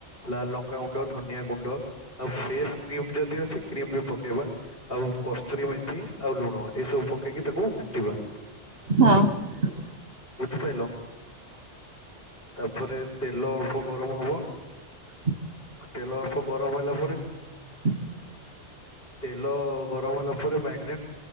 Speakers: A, on the left; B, on the right.
A: ଲାଲ ଲଙ୍କା ଗୁଣ୍ଡ, ଧନିଆ ଗୁଣ୍ଡ ଆଉ ଫ୍ରେଶ କ୍ରିମ ଯଦି ଅଛି କ୍ରିମ ବି ପକେଇବା ଆଉ କସ୍ତୁରୀ ମେଥି ଆଉ ଲୁଣ ଏସବୁ ପକେଇକି ତାକୁ ଘାଣ୍ଟିବା
B: ହଁ ଅ
A: ବୁଝିପାରଲ? ତାପରେ ତେଲ ଅଳ୍ପ ଗରମ ହବ।
B: <inaudible>
A: ତେଲ ଅଳ୍ପ ଗରମ ହେଲା ପରେ
B: <inaudible>
A: ତେଲ ଗରମ ହେଲା ପରେ ମ୍ୟାଗନେଟ୍